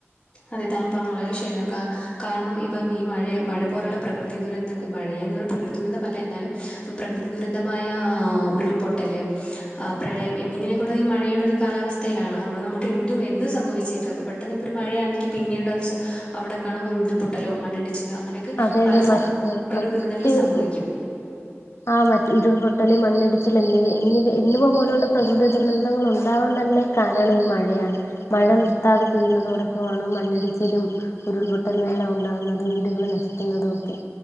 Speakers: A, on the left (about 20°); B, on the left (about 70°).
A: അതെ താങ്കൾ പറഞ്ഞത് വളരെ ശരിയാണ് കാര കാരണം ഇപ്പം ഈ മഴയ മഴ പോലുള്ള പ്രകൃതി ദുരന്തങ്ങൾ മഴയെന്ന് പറ പ്രകൃതി ദുരന്തമല്ല എന്നാലും പ്രകൃതി ദുരന്തമായ ഒരു റിപ്പോർട്ടല്ലേ ആ പ്രളയം എന്നിങ്ങനെ കൂട ഈ മഴയുടെ ഒരു കാലാവസ്ഥയിലാണ് അവിടെ നമുക്ക് എന്തും എന്നും സംഭവിച്ചേക്കാം അപ്പൊ പെട് പെട്ടന്ന് ഇപ്പരു മഴയാണെങ്കി പിന്നീട് അത് ചെ അവ്ടെ കാണാം ഒരു ഉരുൾപൊട്ടലും മണ്ണിടിച് ച്ചിലോ അങ്ങനെയൊക്കെ
B: അതെ
A: പല
B: അതെ
A: സ
B: മറ്റ്
A: പ്രകൃതി
B: മറ്റ്
A: ദുരന്തങ്ങളും സംഭവിക്ക്യും
B: ആ മറ്റ് ഉരുൾപൊട്ടല് മണ്ണിടിച്ചല് എന്നിവ എന്നിവ എന്നിവ പോലുള്ള പ്രകൃതി ദുരന്തങ്ങൾ ഉണ്ടാവാൻ തന്നെ കാരണം ഈ മഴയാണ് മഴ നിർത്താതെ പെയ്യുന്നതോടൊപ്പമാണ് മണ്ണിടിച്ചിലും ഉരുൾപൊട്ടലും എല്ലാം ഉണ്ടാകുന്നതും വീടുകൾ നശിക്കുന്നതും ഒക്കെ